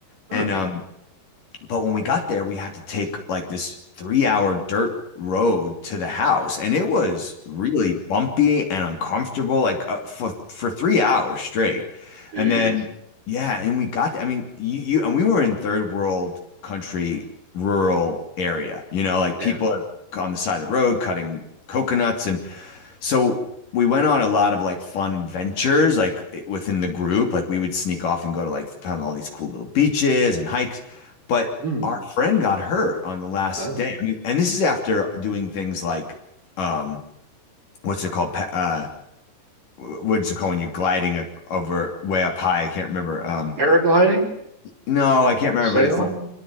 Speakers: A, on the right (about 35°); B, on the left (about 55°).
A: huh.
B: And um but when we got there, we had to take like this three hour dirt road to the house, and it was really bumpy and uncomfortable, like uh, for for three hours straight.
A: jeez
B: And then, yeah, and we got there. I mean, you, you and we were in third world country, rural area. You know, like
A: yeah
B: people are on the side of the road cutting coconuts, and so we went on a lot of like fun adventures, like within the group. Like we would sneak off and go to like found all these cool little beaches and hikes. But
A: hmm
B: our friend got hurt on the last
A: oh
B: day. I mean, and this is after doing things like, um, what's it called? Pa- Uh, wh- what's it called when you're gliding a, over way up high? I can't remember. Um,
A: paragliding
B: no, I can't remember,
A: sail
B: but it's like,